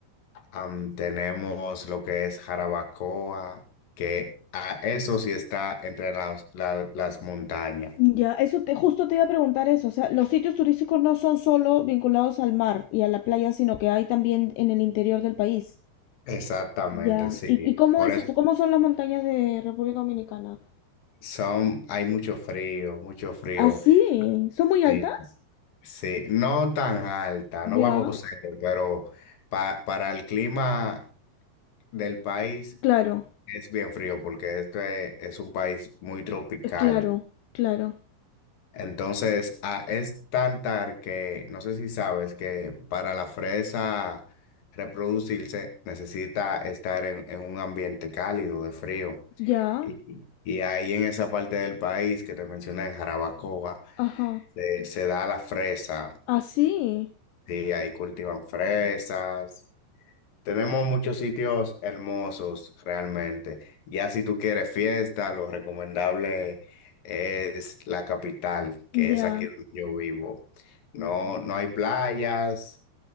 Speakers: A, on the left (about 55°); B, on the left (about 80°).
A: Am, tenemos lo que es Jarabacoa, que a eso sí está entre las, la- las montañas.
B: Ya, eso te, justo te iba a preguntar eso, o sea, los sitios turísticos no son solo vinculados al mar y a la playa, sino que hay también en el interior del país.
A: Exactamente,
B: Ya,
A: sí.
B: ¿y, y cómo
A: Por
B: es
A: eso
B: eso? ¿Cómo son las montañas de República Dominicana?
A: son, hay mucho frío, mucho frío.
B: Ah, sí, ¿son muy altas?
A: sí. Sí, no tan alta,
B: Ya,
A: no bajo cero, pero pa- para el clima del país
B: claro.
A: es bien frío porque este es un país muy tropical.
B: Claro, claro.
A: Entonces, ah, es tan tar que no sé si sabes que para la fresa reproducirse necesita estar en, en un ambiente cálido de frío.
B: Ya,
A: Y, y ahí en esa parte del país que te mencioné, en Jarabacoa,
B: ajá.
A: se, se da la fresa.
B: Así,
A: Sí, ahí cultivan fresas. Tenemos muchos sitios hermosos realmente. Ya si tú quieres fiesta, lo recomendable es la capital, que
B: ya.
A: es aquí donde yo vivo. No, no hay playas,